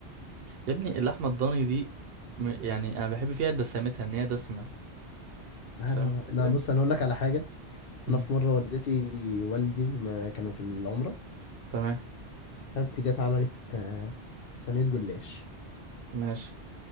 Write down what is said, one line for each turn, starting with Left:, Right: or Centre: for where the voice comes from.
Right: يا ابني اللحمة الضاني دي م- يعني أنا بحب فيها دسمتها إن هي دسمة أنت
Left: لا
Right: فاهم
Left: لا لا
Right: الفكرة؟
Left: لا بص انا هقول لك على حاجه
Right: مم.
Left: انا في مره والدتي والدي ما كانوا في العمره
Right: تمام
Left: خالتي جت عملت آه، صينيه جلاش
Right: ماشي